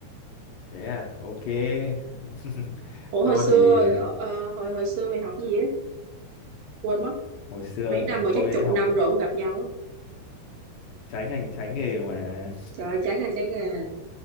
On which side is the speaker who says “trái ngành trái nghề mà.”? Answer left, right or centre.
Left